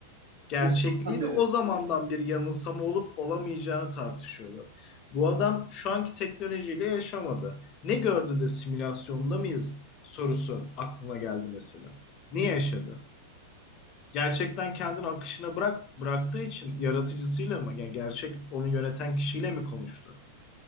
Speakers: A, on the left; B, on the right.
A: gerçekliğini
B: O zamandan beri.
A: o zamandan bir yanılsama olup olamayacağını tartışıyorlar. Bu adam şu anki teknolojiyle yaşamadı. Ne gördü de simülasyonda mıyız sorusu aklına geldi mesela. Niye yaşadı? Gerçekten kendini akışına bırak bıraktığı için yaratıcısıyla mı? Yani gerçek onu yöneten kişiyle mi konuştu?